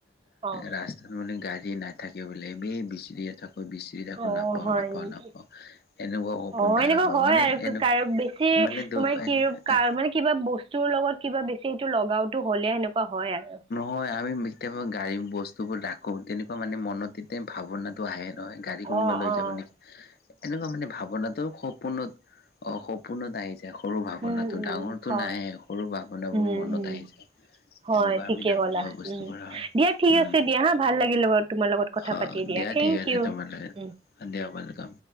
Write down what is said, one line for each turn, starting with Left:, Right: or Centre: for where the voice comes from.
Right: অ',
Left: ৰাস্তাত মানে গাড়ী নাই <unintelligible> থাকিব লাগ এই বিচলি এ থাকৈ বিচ
Right: অ',
Left: নাপাওঁ
Right: হয়
Left: নাপাওঁ
Right: নেকি?
Left: নাপাওঁ এনেকুৱা সপোন
Right: অ',
Left: দেখা
Right: এনেকুৱা
Left: পাওঁ
Right: হয়
Left: মানে
Right: আৰু
Left: এনে
Right: কাৰ বেছি
Left: মানে
Right: তোমাৰ
Left: দু
Right: কি কাৰ
Left: এ
Right: মানে কিবা বস্তুৰ লগত কিবা বেছি এইটো লগাওটো হ'লে সেনেকুৱা হয় আৰু
Left: হয় আমি কেতিয়াবা গাড়ী বস্তুবোৰ ৰাখোঁ তেনেকুৱা মানে মনত এতিয়া ভাৱনাটো আহে নহয় গাড়ী কোনোবা
Right: অ',
Left: লৈ
Right: অ'।
Left: যাব নেকি, এনেকুৱা মানে ভাৱনাটো সপোনত অ' সপোনত আহি যায় সৰু ভাৱনাটো
Right: উম, উম,
Left: ডাঙৰটো
Right: হয়,
Left: নাহে সৰু ভাৱনাবোৰ
Right: উম,
Left: মনত
Right: উম।
Left: আহি যায়।
Right: হয়
Left: এনেকুৱা
Right: ঠিকে
Left: আমি নাভাবা
Right: ক'লা
Left: বস্তুবোৰ
Right: উম
Left: হয়
Right: দিয়া ঠিক
Left: উম
Right: আছে দিয়া হা ভাল লাগিল তোমাৰ লগত কথা
Left: অ'
Right: পাতি
Left: দিয়া
Right: থেংক
Left: ঠিক আছে
Right: ইউ
Left: তোমাল লগে
Right: উম।
Left: দিয়া ৱেলকাম